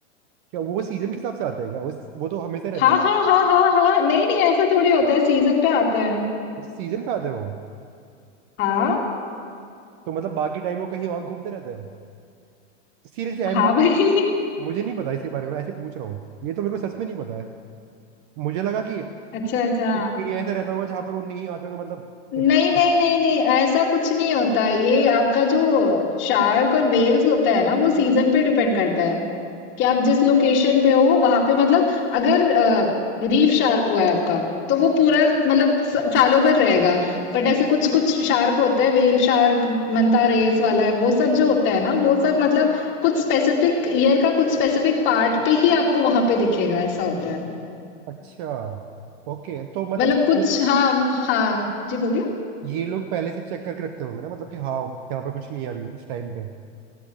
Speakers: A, on the right; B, on the left.
A: क्या वो सीजन के हिसाब से आता है क्या वो वो तो हमेशा रहता
B: हाँ
A: हूँ
B: हाँ हाँ हाँ हाँ नहीं नहीं ऐसा थोड़ी होता है सीजन पे आता है
A: अच्छा सीजन का आते हैं वो
B: हाँ
A: तो मतलब बाकी टाइम वो कहीं और घूमते रहते हैं Seriously I am
B: हाँ
A: not
B: भाई <laughs>
A: मुझे नहीं पता इसके बारे में ऐसे पूछ रहा हूँ ये तो मेरे को सच में नहीं पता मुझे लगा कि
B: अच्छा अच्छा
A: उस एरिया ऐसा रहता होगा जहां पर वो नहीं आते होंगे मतलब इतना
B: नहीं नहीं नहीं नहीं ऐसा कुछ नहीं होता ये आपका जो शार्क और वेल्स होता है ना वो सीजन पे डिपेंड करता है कि आप जिस लोकेशन पे हो वहां पे मतलब अगर रीफ शार्क हुआ है आपका तो वो पूरा मतलब स- सालों भर रहेगा बट ऐसे कुछ कुछ शार्क होते हैं वेल शार्क मंता रेस वाला है वो सब जो होता है ना वो सब मतलब कुछ स्पेसिफिक ईयर का कुछ स्पेसिफिक पार्ट पे ही आपको वहां पे दिखेगा ऐसा होता है
A: अच्छा ओके तो मतलब
B: मतलब कुछ
A: ये,
B: हाँ हाँ जी बोलिए
A: ये लोग पहले से चेक करके रखते होंगे ना मतलब कि हाँ यहाँ पर कुछ नहीं है अभी इस टाइम पे